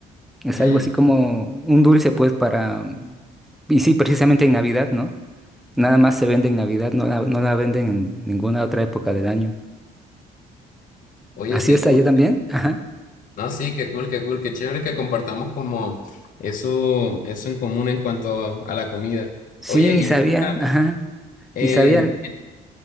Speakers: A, in the centre; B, on the left.
A: Es
B: Mm,
A: algo así como un dulce, pues, para... mm, Y sí, precisamente en Navidad, ¿no? Nada más se vende en Navidad, no la, no la venden en ninguna otra época del año.
B: oye,
A: ¿Así
B: qué
A: es
B: cool.
A: allá también? Ajá.
B: No, sí, qué cool, qué cool, qué chévere que compartamos como eso, eso en común en cuanto a, a la comida.
A: Sí,
B: Oye,
A: ni
B: y
A: sabía,
B: ven acá,
A: ajá,
B: eh,
A: ni sabía.